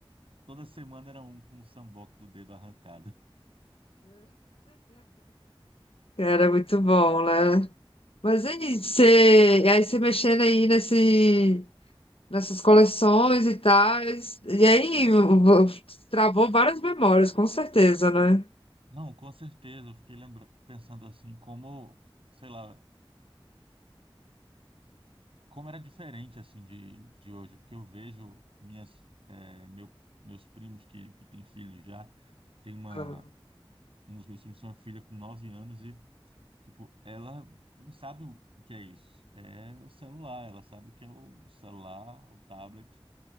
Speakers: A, on the right; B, on the left.
A: toda semana era um com um samboco do dedo arrancado.
B: era muito bom, né? Mas aí você, e aí você mexendo aí nesse, nessas coleções e tal, e aí vo- travou várias memórias, com certeza, né?
A: Não, com certeza, eu fiquei lembra pensando assim, como, sei lá, como era diferente assim de, de hoje, porque eu vejo minhas é, meu, meus primos que, que têm filhos já, tem uma
B: Ah,
A: um dos meus primos tem uma filha com 9 anos e tipo, ela não sabe o que é isso. É o celular, ela sabe o que é o celular, o tablet.